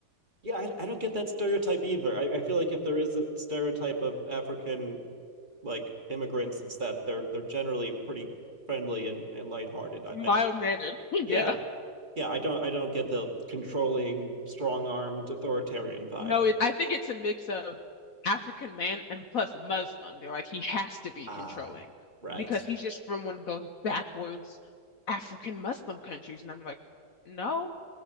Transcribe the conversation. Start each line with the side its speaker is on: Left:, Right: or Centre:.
Right: yeah, I, I don't get that stereotype either. I, I feel like if there is a stereotype of African like immigrants, it's that they're they're generally pretty friendly and and lighthearted.
Left: <laughs>
Right: I,
Left: Mild
Right: I
Left: mannered. <laughs> Yeah.
Right: yeah yeah I don't I don't get the controlling, strong armed, authoritarian vibe.
Left: No, it, I think it's a mix of African man and plus Muslim. They're like, he has to be
Right: Ah,
Left: controlling
Right: right.
Left: because he's just from one of those backwards African Muslim countries. And I'm like, No,